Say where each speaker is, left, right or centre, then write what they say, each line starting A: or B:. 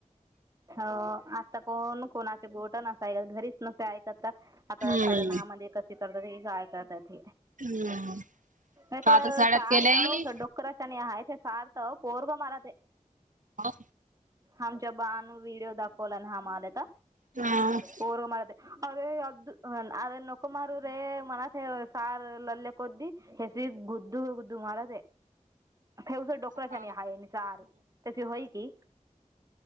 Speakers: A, on the right (about 25°); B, on the right (about 75°).
A: हो आता कोण कोणाचे गोट नसाय घरीच नसे ऐक आता आता
B: हम्म
A: साडे दहा मध्ये कशी करतात गा करतात
B: हम्म
A: एकलं
B: कात्र साड्यात
A: सार
B: केल्याय
A: च डोकराच्याने आहेत सार्थ पोर्व मार ते
B: हा
A: आमच्या बाू वडिओ दाखवला ना हम आलाता
B: चहाचा
A: पर म अरे अ अरे नुकमार रे मनात सार लल्लेक कोद्दी हेस त गुद्दू गुद्दू मार ते उस डोकरा्याच्या
B: काला
A: नि आहेानसार त्याची होय की